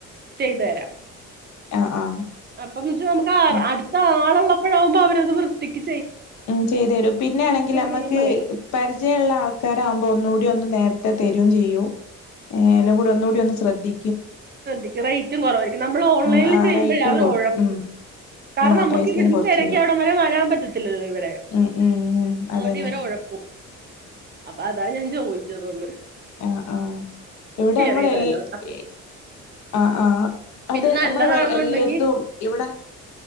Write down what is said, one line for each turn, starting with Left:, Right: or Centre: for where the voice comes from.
Right: ചെയ്തരാ
Left: ആഹ് ആഹ്
Right: അപ്പന്ന് വെച്ചാൽ നമുക്ക് ആര്
Left: ആഹ്
Right: അടുത്ത ആളുള്ളപ്പോഴാഉമ്പോ അവരത് വൃത്തിക്
Left: ഉം ചെയ്തെരും പിന്നാണെങ്കിൽ അമ്മക്ക്
Right: ചെയ്യുമ്പോളേ
Left: പരിചയള്ള ആൾക്കാരാവുമ്പോ ഒന്നൂട് റ്റ്വന്ന് നേരത്തെ തെരും ചെയ്യൂ ഏല്ലും കൂടി ഒന്നൂടി ഒന്ന് ശ്രദ്ധി
Right: ശ്രദ്ധക്ക് റേറ്റും കുറവായിരിക്കും നമ്മള് ഓൺലൈനിൽ
Left: ഉം ആ
Right: ചെയ്യുമ്പഴേ
Left: റൈറ്റും
Right: അവര്
Left: കൊറ
Right: ഒഴപ്പും
Left: ഉം
Right: കാരണം
Left: ആ
Right: അമ്മക്ക്
Left: പൈസയും
Right: ഇവിടുന്ന്
Left: കൊറച്ച്
Right: തിരക്കി
Left: തരും
Right: അവിടം വരെ വരാൻ പറ്റത്തില്ലല് ഇ വരെ
Left: ഉം ഉം ഉം
Right: അതൊണ്ട്
Left: അതന്നെ
Right: ഇവരെ ഒഴപ്പു അപ്പൊ അതാണ് ഞാൻ ചോയ്ച്ചതൊന്ന്
Left: ആഹ് ആഹ് ഇവിടെ അമ്മള്
Right: ചെയ്ത്
Left: എൽ
Right: തരണംട്ടോ
Left: എഹ് ആഹ് ആഹ്
Right: പിന്നെ
Left: അത്
Right: നല്ലതാണെന്നുണ്ടെങ്കി
Left: അമ്മളെ ഇവെ എല്ലര്തും ഇവിടെ